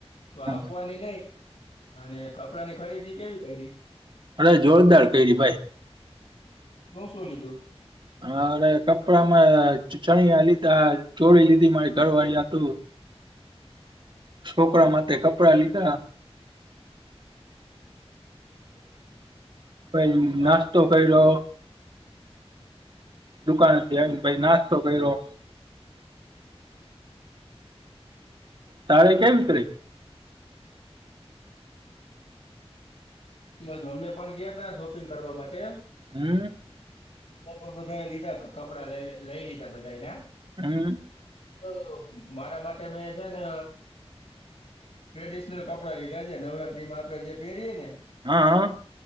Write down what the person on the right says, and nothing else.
અરે
અરે જોરદાર કયરી ભાઈ.
હન, અરે કપડામાં ચ-ચણિયા લીધા, ચોળી લીધી મારી ઘરવાળી હાટુ. છોકરા માટે કપડાં લીધા
તઈ
નાસ્તો કર્યો દુકાનથી આવીન પહી નાસ્તો કર્યો. તારે કઈ ઉતરે
હમ.
હમ.
હાં